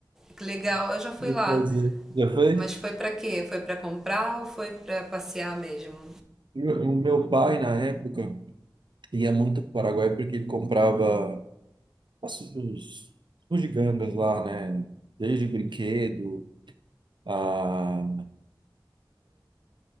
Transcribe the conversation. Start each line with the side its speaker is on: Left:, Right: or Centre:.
Centre: Que legal,
Right: <laughs>
Centre: eu já fui
Right: Vou
Centre: lá.
Right: fazer. Já foi?
Centre: Mas foi pra quê? Foi pra comprar ou foi pra passear mesmo?
Right: O meu pai, na época, ia muito para o Paraguai porque ele comprava as- os bugigangas lá, né? Desde brinquedo a,